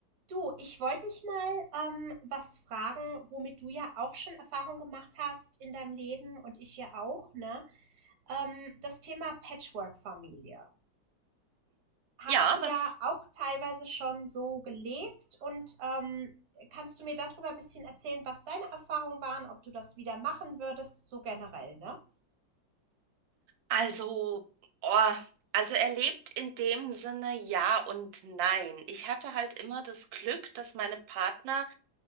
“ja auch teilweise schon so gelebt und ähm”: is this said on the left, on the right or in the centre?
Right